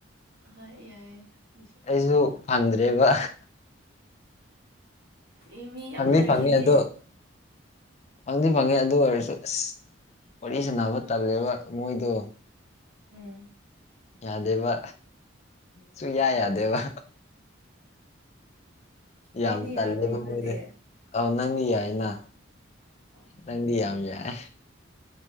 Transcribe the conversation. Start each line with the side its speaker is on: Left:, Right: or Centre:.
Right: ꯍ ꯌꯥꯏ ꯑꯗꯨꯁꯨ
Left: ꯑꯩꯁꯨ ꯐꯪꯗ꯭ꯔꯦꯕ
Right: ꯑꯦ ꯃꯤ ꯌꯥꯝ
Left: ꯐꯪꯅꯤ
Right: ꯂꯩꯔꯤꯁꯤꯗꯤ
Left: ꯐꯪꯅꯤ ꯑꯗꯨ ꯐꯪꯗꯤ ꯐꯪꯉꯤ ꯑꯗꯨ ꯑꯣꯏꯔꯁꯨ ꯑꯁ ꯋꯥꯔꯤ ꯁꯅꯕ ꯇꯜꯂꯦꯕ ꯃꯣꯏꯗꯣ
Right: ꯎꯝ
Left: ꯌꯥꯗꯦꯕ ꯁꯨ ꯌꯥ ꯌꯥꯗꯦꯕ ꯌꯥꯝ
Right: ꯑꯩꯗꯤ
Left: ꯇꯜꯂꯦ
Right: ꯌꯥꯕ꯭ꯔꯣ
Left: ꯃꯃꯣꯏꯗ
Right: ꯑꯗꯨꯗꯤ
Left: ꯑꯥꯎ ꯅꯪꯗꯤ ꯌꯥꯏꯅ
Right: ꯑꯣ
Left: ꯅꯪꯗꯤ ꯌꯥꯝ ꯌꯥꯏ